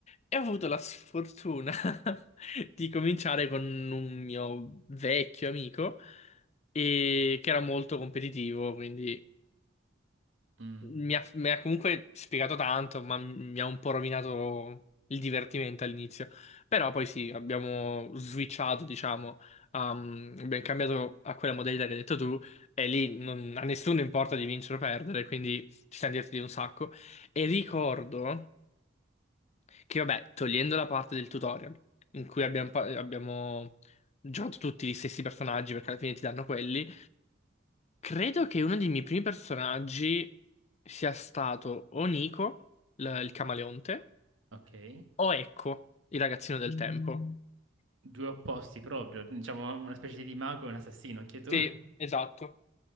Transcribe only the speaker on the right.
Mm,
ok.
Due opposti proprio, diciamo una specie di mago e un assassino, anche tu.
<laughs>